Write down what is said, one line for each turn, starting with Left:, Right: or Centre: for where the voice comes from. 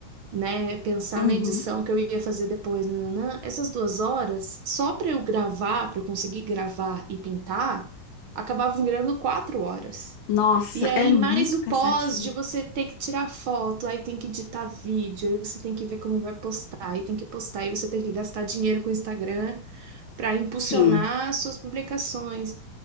Right: né, pensar
Left: uhum.
Right: na edição que eu ia fazer depois, nananã, essas duas horas, só para eu gravar, para eu conseguir gravar e pintar, acabavam virando quatro horas.
Left: Nossa,
Right: E aí,
Left: é muito
Right: mais o
Left: cansativo.
Right: pós de você ter que tirar foto, aí tem que editar vídeo, aí você tem que ver como vai postar, aí tem que postar, aí você tem que gastar dinheiro com o Instagram para impulsionar
Left: Sim.
Right: suas publicações.